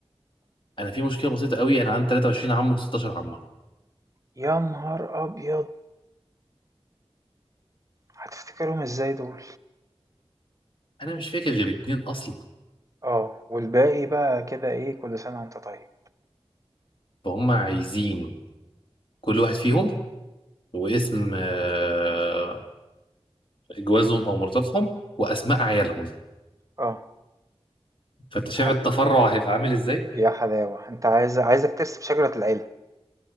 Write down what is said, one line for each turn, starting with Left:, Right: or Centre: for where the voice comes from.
Left: انا في مشكله بسيطه قوي انا عندي 23 عم و16 عمه
Right: يا نهار ابيض هتفتكرهم ازاي دول
Left: انا مش فاكر غير اتنين اصلا
Right: اه والباقي بقى كده ايه كل سنه وانت طيب
Left: فهم عايزين كل واحد فيهم واسم آه، جوازهم او مراتاتهم واسماء عيالهم
Right: اه
Left: فانت شايف
Right: يا ح...
Left: التفرع هيبقى عامل ازاي
Right: يا حلاوه انت عايز عايزك ترسم شجره العيله